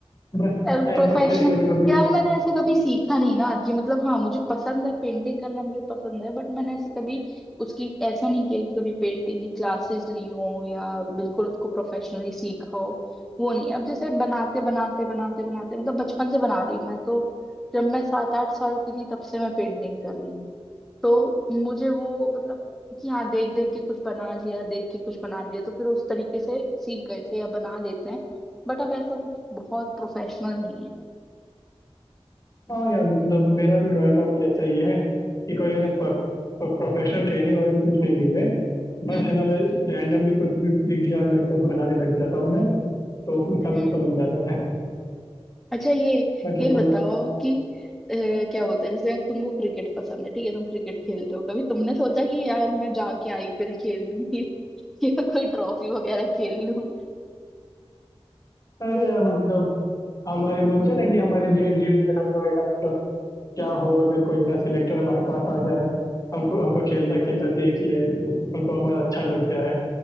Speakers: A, on the left; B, in the centre.
A: बस
B: सेल्फ
A: टाइम
B: प्रोफेशनल
A: पास के लिए कभी कभी
B: यार मैंने ऐसे कभी सीखा नहीं ना कि मतलब हाँ मुझे पसंद है पेंटिंग करना मुझे पसंद है बट मैंने ऐसे कभी उसकी ऐसा नहीं किया कि कभी पेंटिंग की क्लासेस ली हो या बिल्कुल उसको प्रोफेशनली सीखा हो वो नहीं अब जैसे बनाते बनाते बनाते बनाते मतलब बचपन से बना रही हूँ मैं तो जब मैं सात आठ साल की थी तब से मैं पेंटिंग कर रही हूँ तो मुझे वो मतलब कि हाँ देख देख के कुछ बना लिया देख के कुछ बना लिया तो फिर उस तरीके से सीख गए थे या बना लेते हैं बट अब ऐसा कुछ बहुत प्रोफेशनल नहीं है
A: हाँ यार मतलब मेरा भी ड्राइंग का कुछ ऐसा ही है कि कोई ने प्रोफेशनल ट्रेनिंग वगैरह कुछ नहीं ली है बस
B: हम्म
A: है ना मैं रैंडमली कुछ भी दिख गया मेरे को बनाने लग जाता हूँ मैं तो कुछ
B: हम्म
A: ना कुछ
B: हम्म,
A: तो बन जाता है
B: अच्छा ये
A: मतलब
B: ये
A: कोई
B: बताओ कि अ, क्या बोलते हैं जैसे अब तुमको क्रिकेट पसंद है ठीक है तुम क्रिकेट खेलते हो कभी तुमने सोचा कि यार मैं जाके आईपीएल खेल लूं <laughs> या या कोई ट्रॉफी वगैरह खेल लूं
A: अरे यार मतलब हमारे बोलते हैं ना कि हमारे डे ड्रीम में हम लोग है ना मतलब क्या हो अगर कोई है ना सिलेक्टर हमारे पास आ जाए हमको हमको खेलता खेलता देख ले हमको हमारा अच्छा लग जाए